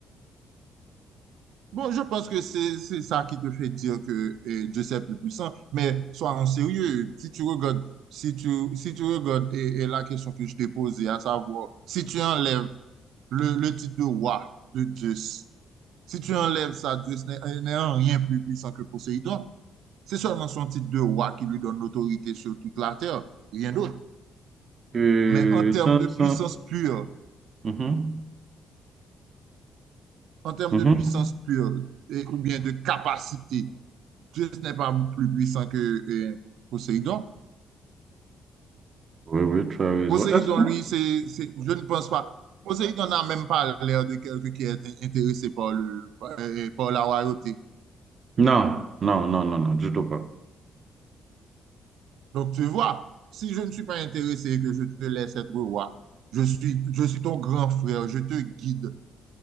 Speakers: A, on the right; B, on the right.
A: Bon, je pense que c'est c'est ça qui te fait dire que eh, Dieu c'est plus puissant, mais sois en sérieux. Si tu regardes, si tu, si tu regardes et, et la question que je t'ai posée, à savoir, si tu enlèves le, le titre de roi de Dieu Si tu enlèves ça, Dieu n'est en rien plus puissant que Poséidon. C'est seulement son titre de roi qui lui donne l'autorité sur toute la terre, rien d'autre.
B: Euh,
A: Mais en termes
B: sans,
A: de
B: sans-
A: puissance pure,
B: Mhm,
A: en termes
B: mhm.
A: de puissance pure, et- ou bien de capacité, Dieu n'est pas plus puissant que euh, Poséidon.
B: Oui, oui, tu as raison.
A: Poséidon,
B: Est-ce que...
A: lui, c'est, c'est- je ne pense pas. Poséidon n'a même pas l'air de quelqu'un qui est intéressé par le, euh, par la royauté.
B: Non, non, non, non, non, du tout pas.
A: Donc, tu vois, si je ne suis pas intéressé et que je te laisse être roi, je suis, je suis ton grand frère, je te guide.